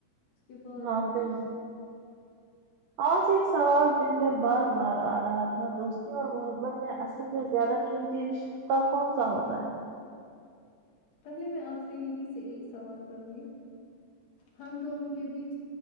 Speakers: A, on the left; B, on the right.
A: اس کے بعد
B: ہاں
A: جاؤں
B: پھر
A: گی
B: آج ایک سوال دل میں بار بار آ رہا تھا دوستی اور محبت میں اصل میں زیادہ قیمتی عشق کون کون سا ہوتا ہے
A: پہلے میں آپ سے یہی سے ایک سوال کروں گی ہم دونوں کے بیچ